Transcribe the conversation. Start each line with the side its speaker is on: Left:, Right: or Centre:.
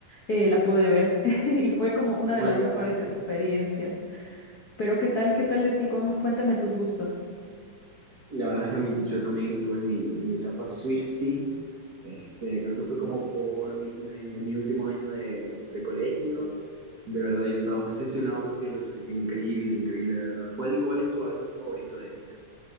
Left: eh, la pude ver <laughs> y fue como una
Right: Oh my
Left: de las mejores
Right: God.
Left: experiencias. Pero ¿qué tal? ¿Qué tal de ti? Cuéntame tus gustos.
Right: La verdad es que a mí- yo también tuve mi, mi etapa Swiftie, Este, creo que fue como por mi, en, en mi último año de, de colegio. De verdad, yo estaba obsesionado con Taylor Swift. Increíble, increíble, de verdad. ¿Cuál, cuál es tu álbum favorito de ella?